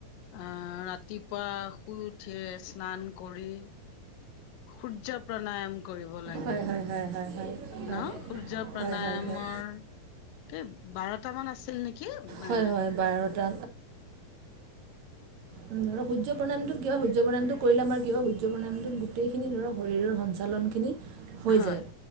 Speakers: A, on the left (about 80°); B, on the right (about 65°).
A: আহ ৰাতিপুৱা শুই উঠে স্নান কৰি সূৰ্য প্ৰণায়াম কৰিব লাগে
B: হয় হয় হয় হয় হয় হয়
A: ন সূৰ্য প্ৰণায়মৰ
B: হয় হয় হয়
A: ব ত মানে আছে আছিল নেকি
B: হয়
A: আ
B: হয় বাৰটা <unintelligible> সূৰ্য্য প্ৰণামটো কিয় সূৰ্য্য প্ৰণামটো কৰিলে আমাৰ কি হয় জগনান্দত গোটেই খিনি ধৰক শৰীৰৰ সঞ্চালনখিনি হৈ
A: হয়
B: যায়